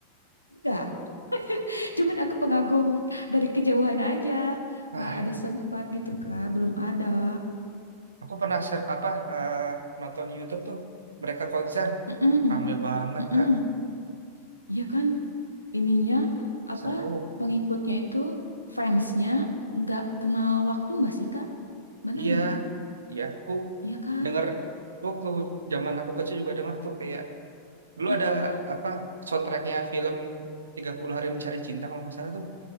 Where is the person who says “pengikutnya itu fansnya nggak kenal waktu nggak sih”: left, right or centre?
Left